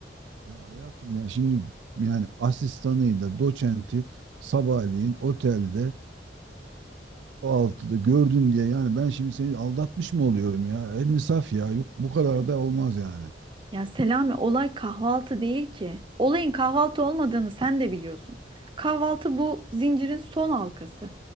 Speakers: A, on the right; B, on the right.
A: ya hayatım ya şimdi yani asistanıyla doçenti sabahleyin otelde kahvaltıda gördün diye yani ben şimdi seni aldatmış mı oluyorum ya? El insaf ya yok bu kadar da olmaz yani.
B: Ya Selami olay kahvaltı değil ki. Olayın kahvaltı olmadığını sen de biliyorsun. Kahvaltı bu zincirin son halkası.